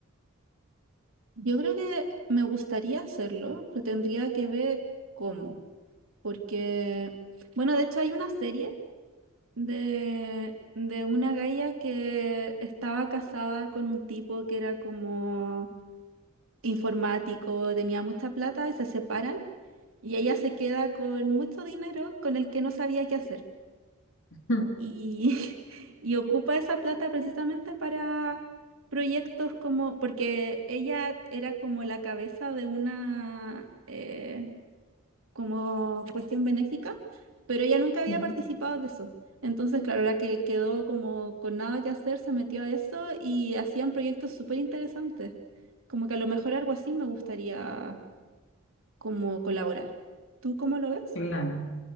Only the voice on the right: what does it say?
Yo creo que me gustaría hacerlo, pero tendría que ver cómo, porque, bueno, de hecho hay una serie de, de una galla que estaba casada con un tipo que era como informático, tenía mucha plata y se separan y ella se queda con mucho dinero con el que no sabía qué hacer.
Y, <laughs> y ocupa esa plata precisamente para proyectos como, porque ella era como la cabeza de una eh, como cuestión benéfica, pero ella nunca había
participado de eso. Entonces, claro, la que quedó como con nada que hacer, se metió a eso y hacían proyectos súper interesantes. Como que a lo mejor algo así me gustaría como colaborar. ¿Tú cómo lo ves?